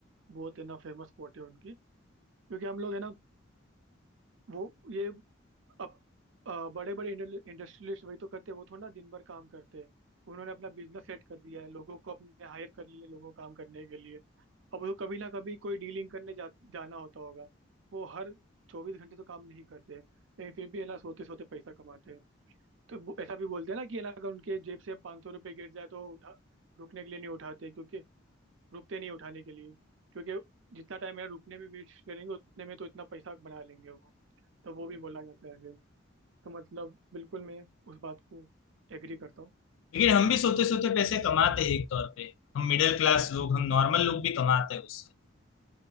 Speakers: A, on the right; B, on the left.
A: बहुत है ना फेमस कोट है उनकी क्योंकि हम लोग है ना वो ये अब बड़े बड़े इंडस्ट्रियलिस्ट वही तो करते हैं वो थोड़ा ना दिन भर काम करते हैं उन्होंने अपना बिजनेस सेट कर दिया है लोगों को अपने हायर कर लिए लोगों को काम करने के लिए अब उनको कभी ना कभी कोई डीलिंग करने जा, जाना होता होगा वो हर चौबीस घंटे तो काम नहीं करते लेकिन फिर भी है ना सोते सोते पैसा कमाते हैं तो वो- ऐसा भी बोलते हैं ना कि है ना अगर उनके जेब से पाँच सौ रुपये गिर जाए तो उठा रुकने के लिए नहीं उठाते क्योंकि रुकते नहीं उठाने के लिए क्योंकि जितना टाइम है रुकने में वेस्ट करेंगे उतने में तो इतना पैसा बना लेंगे वो तो वो भी बोला जाता है तो मतलब बिल्कुल मैं उस बात को एग्री करता हूँ
B: लेकिन हम भी सोते सोते पैसे कमाते हैं एक तौर पे हम मिडिल क्लास लोग हम नॉर्मल लोग भी कमाते हैं उससे